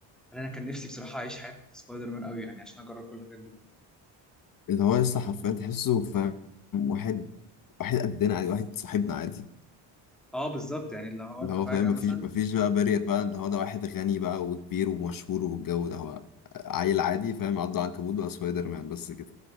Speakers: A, in the centre; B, on the left.
A: انا كان نفسي بصراحه اعيش حياه سبايدر مان قوي يعني عشان اجرب كل الحاجات دي
B: اللي هو لسه حرفيا تحسه فاهم واحد واحد قدنا عادي واحد صاحبنا عادي
A: اه بالظبط يعني اللي هو انت
B: اللي هو
A: فجاه
B: فاهم مفيش
A: مثلا
B: مفيش بقى بارير بقى اللي هو ده واحد غني بقى وكبير ومشهور والجو ده هو عيل عادي فاهم عضه عنكبوت بقى سبايدر مان بس كده